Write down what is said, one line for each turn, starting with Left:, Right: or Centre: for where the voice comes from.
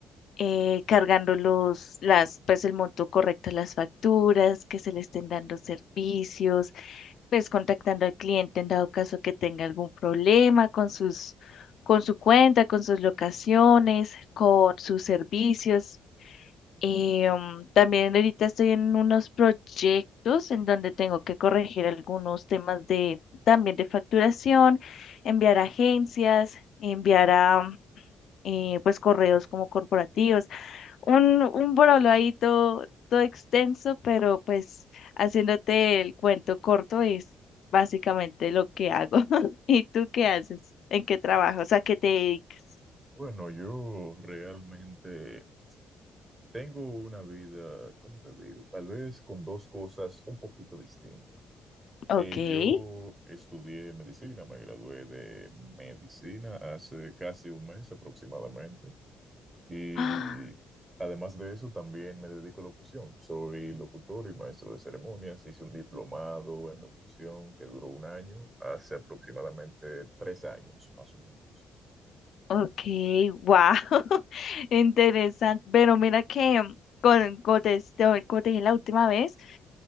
Left: eh, cargando los, las, pues el monto correcto a las facturas, que se le estén dando servicios, pues contactando al cliente en dado caso que tenga algún problema con sus, con su cuenta, con sus locaciones, con sus servicios. Eh, um, también ahorita estoy en unos proyectos en donde tengo que corregir algunos temas de también de facturación, enviar a agencias, enviar a eh, pues correos como corporativos. Un, un brolo ahí todo, todo extenso, pero pues haciéndote el cuento corto es básicamente lo que hago. <laughs> ¿Y tú qué haces? ¿En qué trabajas? ¿A qué te dedicas?
Right: Bueno, yo realmente tengo una vida, ¿cómo te digo? Tal vez con dos cosas un poquito distintas.
Left: Ok.
Right: Eh,
Left: <gasps>
Right: yo estudié medicina, me gradué de medicina hace casi un mes aproximadamente. Y
Left: Ah,
Right: además de eso, también me dedico a locución. Soy locutor y maestro de ceremonias. Hice un diplomado en locución que duró un año, hace aproximadamente tres años, más o menos.
Left: Ok, wow. <laughs> Interesante. Pero mira que, mm, con, como te, te- como te dije la última vez,